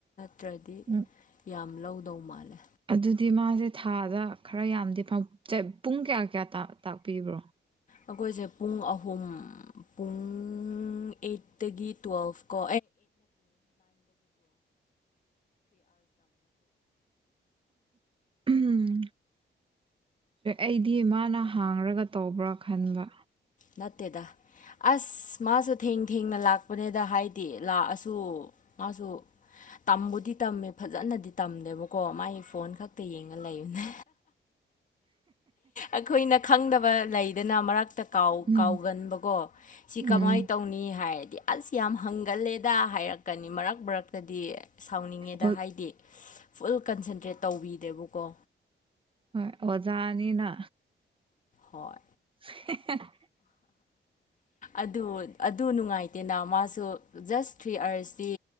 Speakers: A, on the left; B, on the right.
A: ꯇ꯭ꯔꯗꯤ
B: ꯎꯝ
A: ꯌꯥꯝ ꯂꯧꯗꯧ ꯃꯥꯜꯂꯦ
B: ꯑꯗꯨꯗꯤ ꯃꯥꯁꯦ ꯊꯥꯗ ꯈꯔ ꯌꯥꯝꯗꯤ ꯄꯨꯡ ꯀꯌꯥ ꯀꯌꯥ ꯇꯥꯛꯄꯤꯕ꯭ꯔꯣ
A: ꯑꯩꯈꯣꯏꯁꯦ ꯄꯨꯡ ꯑꯍꯨꯝ ꯄꯨꯡ ꯑꯩꯠꯇꯒꯤ ꯇ꯭ꯋꯦꯜꯐ
B: ꯎꯝ ꯑꯩꯗꯤ ꯃꯥꯅ ꯍꯥꯡꯔꯒ ꯇꯧꯕ꯭ꯔꯥ ꯈꯟꯕ
A: ꯅꯠꯇꯦꯗ ꯑꯁ ꯃꯥꯁꯨ ꯊꯦꯡ ꯊꯦꯡꯅ ꯂꯥꯛꯄꯅꯦꯗ ꯍꯥꯏꯗꯤ ꯂꯥꯛꯑꯁꯨ ꯃꯥꯁꯨ ꯇꯝꯕꯨꯗꯤ ꯇꯝꯃꯦ ꯐꯖꯅꯗꯤ ꯇꯝꯗꯦꯕꯀꯣ ꯃꯥꯒꯤ ꯐꯣꯟ ꯈꯛꯇ ꯌꯦꯡꯉ ꯂꯩꯕꯅꯦ ꯑꯩꯈꯣꯏꯅ ꯈꯪꯗꯕ ꯂꯩꯗꯅ ꯃꯔꯛ ꯀꯥꯎ
B: ꯎꯝ
A: ꯀꯥꯎꯒꯟꯕꯀꯣ ꯁꯤ
B: ꯎꯝ
A: ꯀꯃꯥꯏꯅ ꯇꯧꯅꯤ ꯍꯥꯏꯔꯗꯤ ꯑꯁ ꯌꯥꯝ ꯍꯪꯒꯜꯂꯦꯗ ꯍꯥꯏꯔꯛ ꯀꯅꯤ ꯃꯔꯛ ꯃꯔꯛꯇꯗꯤ ꯁꯥꯎꯅꯤꯡꯉꯦꯗ
B: ꯑꯣ-
A: ꯍꯥꯏꯗꯤ ꯐꯨꯜ ꯀꯟꯁꯦꯟꯇ꯭ꯔꯦꯠ ꯇꯧꯕꯤ ꯗꯦꯕꯀꯣ
B: ꯍꯣꯏ ꯑꯣꯖꯥ ꯑꯅꯤ ꯅꯥ
A: ꯍꯣꯏ
B: <inaudible>
A: ꯑꯗꯨ ꯑꯗꯨ ꯅꯨꯡꯉꯥꯏꯇꯦꯅ ꯃꯥꯁꯨ ꯖꯁ ꯊ꯭ꯔꯤ ꯑꯥꯔꯁꯇꯤ